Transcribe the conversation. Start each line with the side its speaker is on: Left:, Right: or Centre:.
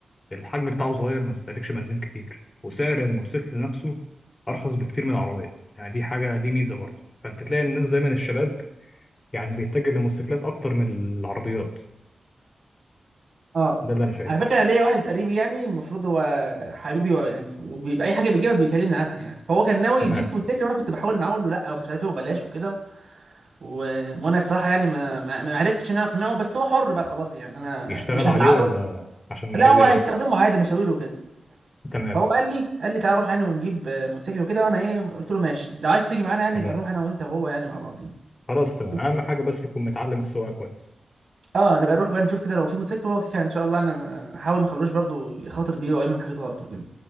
Left: الحجم بتاعه صغير ما بيستهلكش بنزين كتير وسعر الموتوسيكل نفسه أرخص بكتير من العربية يعني دي حاجة دي ميزة برضه فأنت تلاقي الناس دايما الشباب يعني بيتجه للموتوسيكلات أكتر من العربيات
Right: اه
Left: ده اللي أنا شايفه
Right: على فكره انا ليا واحد قريبي يعني المفروض هو حبيبي و- يعني وبيبقى اي حاجه بيجيبها بيكلمني عنها يعني هو كان ناوي
Left: تمام
Right: يجيب موتوسيكل وانا كنت بحاول معاه اقول له لا ومش عارف ايه وبلاش وكده و... وانا الصراحه يعني ما... ما ما عرفتش ان انا اقنعه بس هو حر بقى خلاص يعني انا
Left: يشتغل
Right: مش هزعله
Left: عليه ولا عشان
Right: لا
Left: مشاويره
Right: هو هيستخدمه عادي مشاوير وكده
Left: تمام
Right: فهو قال لي قال لي تعال نروح يعني ونجيب آه، موتوسيكل وكده وانا ايه قلت له ماشي لو عايز تيجي معانا يعني
Left: تمام
Right: يبقى نروح انا وانت وهو يعني مع بعضين
Left: خلاص تمام
Right: شوف
Left: اهم
Right: كده
Left: حاجه بس يكون متعلم السواقه كويس
Right: اه نبقى نروح بقى نشوف كده لو في موتوسيكل هو كده ان شاء الله انا ما- هحاول ما اخلوش برضو يخاطر بيه او يعمل حاجات غلط وكده